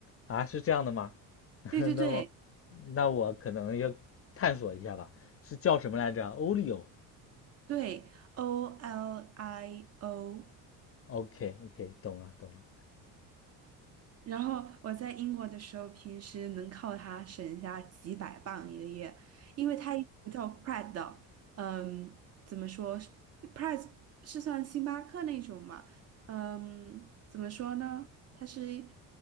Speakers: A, on the left; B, on the right.
A: 啊，是这样的吗？<laughs>
B: 对对对
A: 那我那我可能要探索一下吧，是叫什么来着？Olio。
B: 对，O L I O。
A: OK OK，懂了懂了，
B: 然后我在英国的时候，平时能靠它省下几百磅一个月，因为它有一个叫 p r e 的，嗯，怎么说 p r e 是算星巴克那种嘛？嗯，怎么说呢？它是